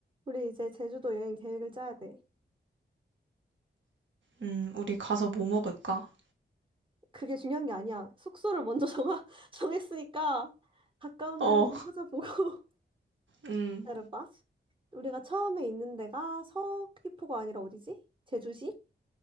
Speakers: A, on the right; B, on the right.
A: 우리 이제 제주도 여행 계획을 짜야 돼.
B: 음, 우리 가서 뭐 먹을까?
A: 그게 중요한 게 아니야. 숙소를 먼저 정하, <laughs> 정했으니까 가까운
B: 어,
A: 데를 좀 찾아보고 <laughs>
B: 음,
A: 기다려봐. 우리가 처음에 있는 데가 서귀포가 아니라 어디지? 제주시?